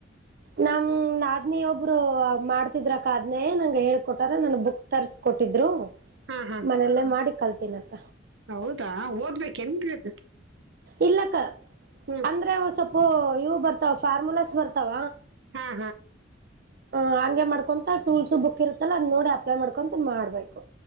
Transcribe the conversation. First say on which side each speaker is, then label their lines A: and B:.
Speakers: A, on the right (about 55°); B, on the right (about 75°).
A: ನಮ ನಾಧ್ನಿ ಒಬ್ರು ಮಾಡ್ತಿದ್ರಕ ಆದ್ನೇ ನಂಗೆ ಹೇಳ್ಕೊಟಾರ ನನ್ ಬುಕ್ ತರ್ಸ್ಕೊಟ್ಟಿದ್ರು
B: ಹಾ ಹಾ
A: ಮನೆಯಲ್ಲೇ ಮಾಡಿ ಕಲ್ತನಕ್ಕ.
B: ಹೌದಾ ಹಓದ್ಬೇಕ ಏನ್ರಿ ಅದು.
A: ಇಲ್ಲಕ್ಕ
B: ಹ್ಮ್
A: ಅಂದ್ರೆ ಒ ಸೊಪ್ಪು ಇವು ಬರ್ತಾವ ಫಾರ್ಮುಲಾಸ್ ಬರ್ತಾವ.
B: ಹಾ,
A: ಹ ಹಂಗೆ ಮಾಡ್ಕೊಂತ ಟೂಲ್ಸ್ ಬುಕ್ ಇರುತ್ತಲ್ಲ ಅದ್ ನೋಡಿ ಅಪ್ಲೈ ಮಾಡ್ಕೊಂತ ಮಾಡ್ಬೇಕು.